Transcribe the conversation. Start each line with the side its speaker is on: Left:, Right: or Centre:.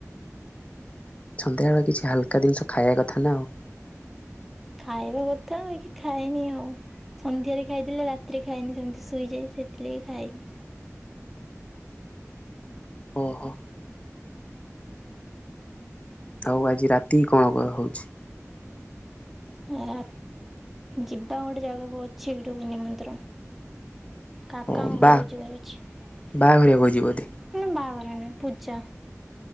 Left: ସନ୍ଧ୍ୟାବେଳେ କିଛି ହାଲକା ଜିନିଷ ଖାଇବା କଥା ନା ଆଉ।
Centre: ଖାଇବାକଥା କି ଖାଇନି ଆଉ। ସନ୍ଧ୍ୟାରେ ଖାଇଦେଲେ ରାତିରେ ଖାଏନି ସେମିତି ଶୋଇଯାଏ ସେଥିଲାଗି ଖାଇନି।
Left: ଓହୋ। ହଉ ଆଜି ରାତି କଣ କରାହଉଛି?
Centre: ହଁ। ଯିବା ଗୋଟେ ଜାଗାକୁ ଅଛି ଗୋଟେ ନିମନ୍ତ୍ରଣ। କାକାଙ୍କ
Left: ଓ ବା
Centre: ଘରକୁ ଯିବାର ଅଛି। ନା
Left: ବାହାଘରିଆ ଭୋଜି ବୋଧେ
Centre: ନା ବାହାଘରିଆ ନୁହେଁ ପୂଜା।